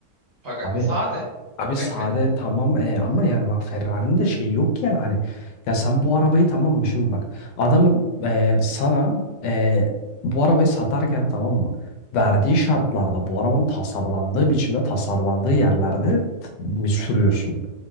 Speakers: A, on the right; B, on the left.
A: Pagani
B: Abi
A: sade.
B: Abi
A: Mekanik.
B: sade tamam e, ama yani bak Ferrari'nin de şeyi yok ki yani hani ya sen bu arabayı tamam mı şimdi bak adamın e, sana e, bu arabayı satarken tamam mı verdiği
A: Hı hı.
B: şartlarda bu arabanın tasarlandığı biçimde tasarlandığı yerlerde t- mi sürüyorsun?